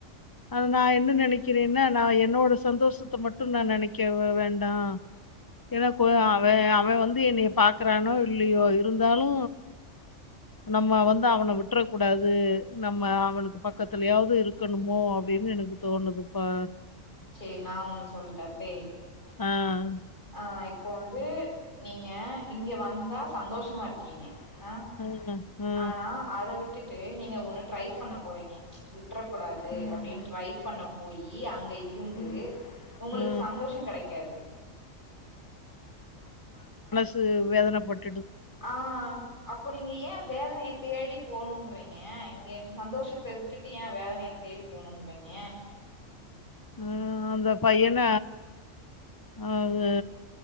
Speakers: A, on the left; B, on the left.
A: அத நா என்ன நெனைக்கிறேனா நா என்னோட சந்தோஷத்த மட்டு நா நெனைக்க வேண்டா ஏனா அவெ அவெ வந்து என்னைய பாக்குறானோ இல்லயோ இருந்தாலு நம்ம வந்து அவன விட்ற கூடாது நம்ம அவனுக்கு பக்கத்துலயாவது இருக்க ணுமோ அப்டின்னு எனக்கு தோணுதுப்பா
B: சேரி நா ஒண்ணு சொல்ட்டத்தே
A: ஆஹ்
B: ஆஹ் இப்போ வந்து நீங்க இங்க வந்தா சந்தோஷ மா இருக்கீங்க
A: ம்
B: ஆ
A: ஆ.
B: ஆனா அத விட்டுட் டு நீங்க ஒண்ணு ட்ரை பண்ண போறீங்க விட் விட்றக்கூடாது
A: ம். ம்.
B: அப்டின்னு ட்ரை பண்ண போயி அங்க இருந்து
A: ம்.
B: உங்களுக்கு
A: ம்.
B: சந்தோஷோ கெடைக்காது
A: சு வேதன பட்
B: ஆ அப்போ நீங்க ஏ வேதனய தேடி போணுன்றீங்க இங்கே சந்தோஷத்த விட்டுட்டு ஏ வேதனய தேடி போணுன் றீங்க
A: அ அந்த பையன அது